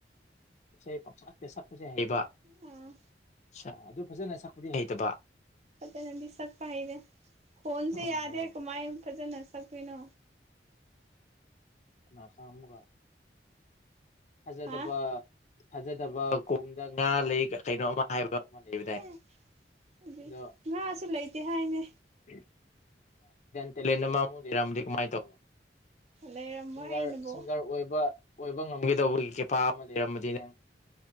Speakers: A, on the left; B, on the right.
A: ꯏꯁꯩ ꯄꯪꯁꯛꯇ ꯁꯛꯄꯁꯦ ꯍꯩꯕ ꯑꯠꯁꯥ
B: ꯎꯝ
A: ꯑꯗꯨ ꯐꯖꯅ ꯁꯛꯄꯗꯤ ꯍꯩꯇꯕ
B: ꯐꯖꯅꯗꯤ ꯁꯛꯄ ꯍꯩꯇꯦ ꯈꯣꯟꯁꯦ
A: ꯑꯣ
B: ꯌꯥꯗꯦ
A: ꯍꯣ
B: ꯀꯃꯥꯏ ꯐꯖꯅ ꯁꯛꯇꯣꯏꯅꯣ
A: ꯅꯁꯥ <inaudible> ꯑꯃꯨꯒ ꯊꯥꯖꯗꯕ
B: ꯍꯥ
A: ꯊꯥꯖꯗꯕ ꯀꯣꯝꯗ ꯉꯥ ꯂꯩ ꯀꯩꯅꯣ ꯑꯃ ꯍꯥꯏꯕ ꯑꯃ ꯂꯩꯕꯗꯥꯏꯅꯦ
B: ꯍꯦ ꯑꯗꯨꯏ
A: ꯑꯗꯣ
B: ꯉꯥꯁꯨ ꯂꯩꯇꯦ ꯍꯥꯏꯅꯦ
A: <unintelligible> ꯇꯦꯂꯦꯟ ꯑꯃ ꯑꯣꯏꯔꯝꯃꯗꯤ ꯀꯃꯥꯏ ꯇꯧꯕ
B: ꯂꯩꯔꯝꯃꯣꯏ
A: ꯁꯤꯡꯒꯔ
B: ꯑꯩꯅꯕꯨ
A: ꯁꯤꯡꯒꯔ ꯑꯣꯏꯕ ꯑꯣꯏꯕ ꯉꯝꯒꯗꯧꯕꯒꯤ ꯀꯦꯄꯥ ꯑꯃ ꯂꯩꯔꯝꯃꯗꯤ ꯅꯪ